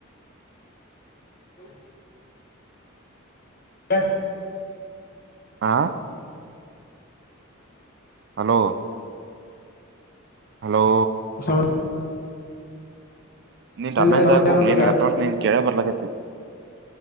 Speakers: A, on the left (about 45°); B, on the right (about 55°).
A: ಹ್ಮ ಎ
B: ಆ ಹಲೋ ಹಲೋ
A: ಸೌಂಡ್
B: ನೀನ್ ರಮ್ಯಾನ್ದಾಗೆ
A: ಇಲ್ಲ ಸೌಂಡ್ ಕ್ಲಿಯರ್
B: ಹೋಗ್ಲಿ
A: ಉಂಟಗ
B: ನೀನ್ ಅಥ ನೀನ್ ಕೇಳೇ ಬರ್ಲಕತ್ತವ.